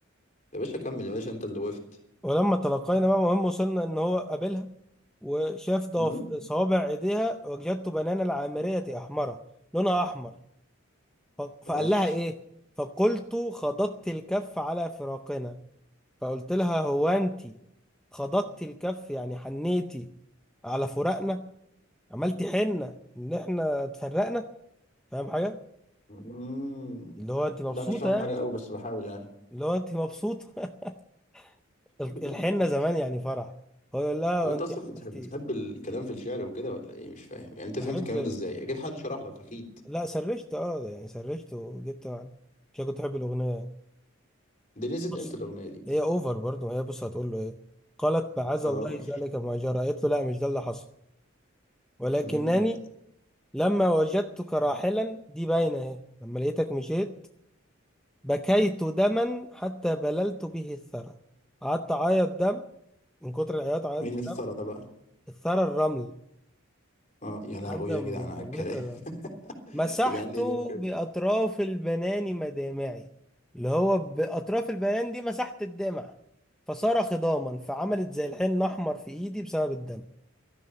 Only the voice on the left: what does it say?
يا باشا كمل يا باشا أنت اللي وقفت
أمم،
ماشي
أمم،
لا مش فاهم
حاجة أوي بس بحاول يعني
<laughs>
طب انت
اصلا
بتحب بتحب الكلام في الشعر وكده ولا ايه مش فاهم يعني انت فهمت
الكلام ده ازاي اكيد حد شرح لك اكيد
دي نزلت
امتى الاغنيه دي
اه
قول
امم
مين اللي افترى
ده بقى
اه يا لهوي
يا جدعان على
الكلام
<laughs>
يا جدعان ايه ده بجد